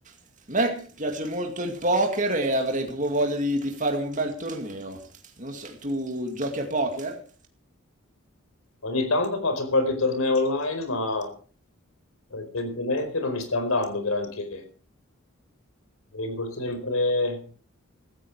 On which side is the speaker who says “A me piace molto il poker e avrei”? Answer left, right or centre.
Right